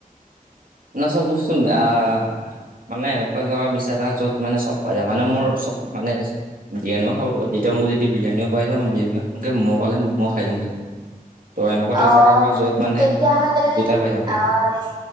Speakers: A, on the right; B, on the right.
A: ন চব বস্তু নেআ- মানে এনেকুৱা জেগা বিচাৰে য'ত মানে চব পাই যায় মানে মোৰ চব মানে বিৰিয়ানিও খাব প যেতিয়া মোক যেতিয়া বিৰিয়ানিও পাই যা মই বিৰিয়ানি খওঁগে মই পালে মই খাই দিমগে। ত এনেকুৱা এটা
B: অ
A: জেগা ক য'ত মানে
B: তেতিয়াহলে
A: দুটাই পাই যাওঁগে
B: আহ-